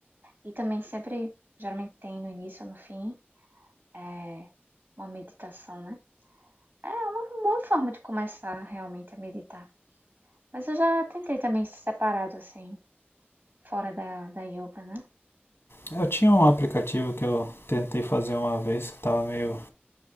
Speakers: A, on the right; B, on the left.
A: E também sempre, geralmente tem no início ou no fim, é, uma meditação, né? É uma boa forma de começar realmente a meditar. Mas eu já tentei também separado, assim. Fora da, da yoga, né?
B: eu tinha um aplicativo que eu tentei fazer uma vez que tava meio